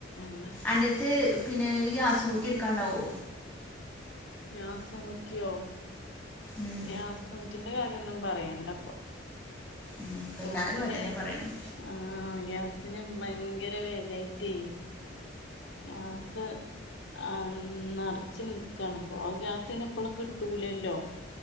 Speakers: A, on the left; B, in the centre.
A: എന്താ
B: അൻ്റടുത്ത് പിന്നെ ഈ ആസു ഊറ്റി എടുക്കാണ്ടാവോ
A: ഗ്യാസും കുറ്റിയോ
B: ഉം,
A: ഗ്യാസ് റ്റിന്റെ കാര്യൊന്നും പറയണ്ടപ്പൊ
B: ഉം. ഇപ്പം എല്ലാവരും
A: ഗ്യാസിന്
B: അതന്നെ പറയണത്
A: ആ ഗ്യാസ് അന് ഭയങ്കര വേലായിട്ടേ ആ സ് ആ നിറച്ച് നിക്കാണ് ഇപ്പോ ഗ്യാസിന് എപ്പോഴും കിട്ടൂലല്ലോ